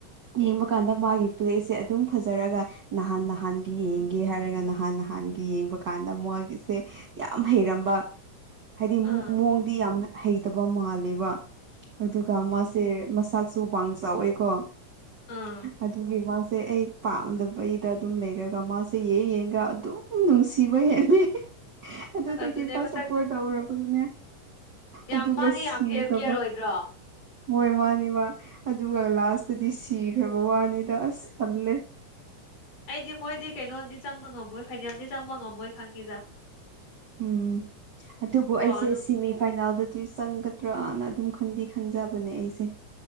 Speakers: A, on the right; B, on the left.
A: ꯌꯦꯡꯕ ꯀꯥꯟꯗ ꯃꯥꯒꯤ ꯄꯂꯦꯁꯦ ꯑꯗꯨꯝ ꯐꯖꯔꯒ ꯅꯍꯥꯟ ꯅꯍꯥꯟꯒꯤ ꯌꯦꯡꯒꯦ ꯍꯥꯏꯔꯒ ꯅꯍꯥꯟ ꯅꯍꯥꯟꯒꯤ ꯌꯦꯡꯕ ꯀꯥꯟꯗ ꯃꯥꯒꯤꯁꯦ ꯌꯥꯝ ꯍꯩꯔꯝꯕ ꯍꯥꯏꯗꯤ
B: ꯑꯥ ꯑꯥ
A: ꯃꯑꯣꯡꯗꯤ ꯌꯥꯝ ꯍꯩꯇꯕ ꯃꯥꯜꯂꯦꯕ ꯑꯗꯨꯒ ꯃꯥꯁꯦ ꯃꯁꯥ ꯁꯨ ꯋꯥꯡ ꯆꯥꯎꯋꯦꯀꯣ
B: ꯑꯥ
A: ꯑꯗꯨꯒꯤ ꯃꯥꯁꯦ ꯑꯩ ꯄꯥꯝꯗꯕꯩꯗ ꯑꯗꯨꯝ ꯂꯩꯔꯒ ꯃꯥꯁꯦ ꯌꯦꯡ ꯌꯦꯡꯒ ꯑꯗꯨꯝ ꯅꯨꯡꯁꯤꯕ ꯍꯦꯜꯂꯦ <unintelligible> ꯑꯗꯨꯗꯒꯤ
B: ꯑꯗꯨꯅꯦ
A: ꯃꯥ
B: ꯃꯁꯛꯇꯣ
A: ꯁꯞꯄꯣꯔꯠ ꯇꯧꯔꯕꯗꯨꯅꯦ
B: ꯌꯥꯝ
A: ꯑꯗꯨꯒ
B: ꯃꯥꯗꯤ
A: ꯁꯤꯈꯔꯕ
B: ꯌꯥꯝ ꯗꯦꯞ ꯀꯤꯌꯔ ꯑꯣꯏꯗ꯭ꯔꯣ
A: ꯍꯣꯏ ꯃꯥꯅꯦꯕ ꯑꯗꯨꯒ ꯂꯥꯁꯇꯗꯤ ꯁꯤꯈ꯭ꯔꯕ ꯋꯥꯅꯤꯗ ꯑꯁ ꯇꯜꯂꯦ
B: ꯑꯩꯗꯤ ꯃꯣꯏꯗꯤ ꯀꯩꯅꯣꯗꯤ ꯆꯪꯕ ꯉꯝꯃꯣꯏ ꯐꯥꯏꯅꯦꯜꯗꯤ ꯆꯪꯕ ꯉꯝꯃꯣꯏ ꯈꯪꯉꯦꯗ
A: ꯎꯝ ꯑꯗꯨꯕꯨ ꯑꯩꯁꯦ
B: ꯑꯗꯨꯝ
A: ꯁꯤꯃꯤ ꯐꯥꯏꯅꯥꯜꯗꯗꯤ ꯆꯪꯒꯗ꯭ꯔꯅ ꯑꯗꯨꯝ ꯈꯟꯗꯤ ꯈꯟꯖꯕꯅꯦ ꯑꯩꯁꯦ